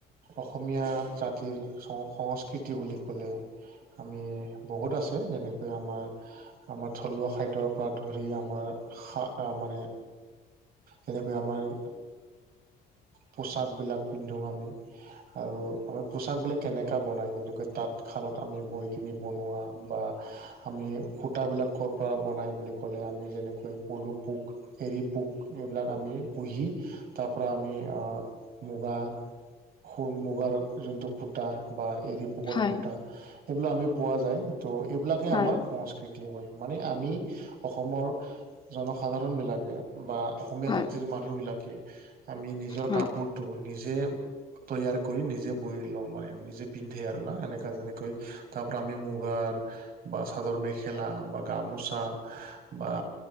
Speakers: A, on the right (about 60°); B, on the left (about 25°).
A: অসমীয়া জাতিৰ সং সংস্কৃতি বুলি ক'লে আমি বহুত আছে। যেনেকৈ আমাৰ আমাৰ থলুৱা খাদ্য পৰা ধৰি আমাৰ মানে যেনেকৈ আমাৰ। পোছাকবিলাক পিন্ধো আমি। আৰু আমাৰ পোচাক বিলাক কেনেকৈ বনাই যেনেকৈ তাত। খালত আমি বৈ কিনি বনোৱা বা আমি সূতাবিলাক ক'ৰ পৰা বনাই বুলি ক'লে, আমি যেনেকৈ পলু পোক, এৰী পোক এইবিলাক আমি পুহি তাৰ পৰা আমি মুগা স মুগাৰ যোনটো ফুটা বা এৰি পোক
B: হয়
A: খুটা এইবিলাক আমি পোৱা যায়। ত' এইবিলাকে
B: হয়
A: আমাৰ সংস্কৃতি। হয় মানে আমি। অসমৰ জনসাধাৰণ বিলাকে বা অসমীয়া
B: হয়
A: জাতিৰ মানুহ বিলাকে আমি নিজৰ
B: হয়
A: কাপোৰটো নিজে তৈয়াৰ কৰি নিজে বৈ লওঁ মানে। নিজে পিন্ধে আৰু না এনেকা যেনেকৈ তাৰ পৰা আমি মুগাৰ বা চাদৰ মেখেলা বা গামোচা বা